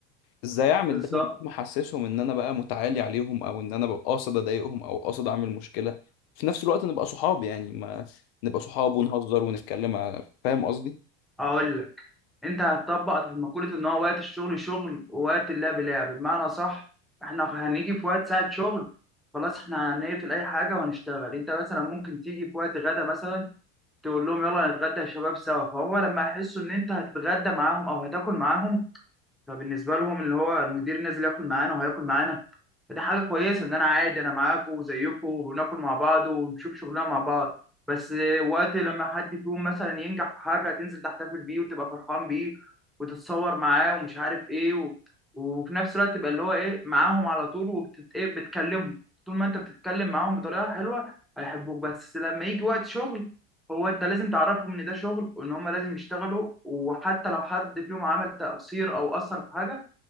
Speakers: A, on the left; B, in the centre.
A: ازاي اعمل
B: بالظبط
A: ده من غير ما احسسهم ان انا بقى متعالي عليهم او ان انا ببقى قاصد اضايقهم او قاصد اعمل مشكلة في نفس الوقت نبقى صحاب يعني ما نبقى صحاب ونهزر ونتكلم فاهم قصدي
B: اقول لك انت هتطبق مقولة ان هو وقت الشغل شغل ووقت اللعب لعب بمعنى صح احنا هنيجي في وقت ساعة شغل خلاص احنا هنقفل اي حاجة وهنشتغل انت مثلا ممكن تيجي في وقت غدا مثلا تقول لهم يلا نتغدى يا شباب سوا فهو لما يحسوا ان انت هتتغدى معاهم او هتاكل معاهم فبالنسبه لهم اللي هو المدير نازل ياكل معانا وهياكل معانا فده حاجه كويسه ان انا عادي انا معاكم وزيكم وبناكل مع بعض ونشوف شغلنا مع بعض بس وقت لما حد فيهم مثلا ينجح في حاجه هتنزل تحتفل بيه وتبقى فرحان بيه وتتصور معاه ومش عارف ايه و... وفي نفس الوقت تبقى اللي هو ايه معاهم على طول وبتت... ايه بتكلمهم طول ما انت بتتكلم معاهم بطريقه حلوه هيحبوك بس لما يجي وقت شغل هو انت لازم تعرفهم ان ده شغل وان هم لازم يشتغلوا وحتى لو حد فيهم عمل تقصير او اثر في حاجه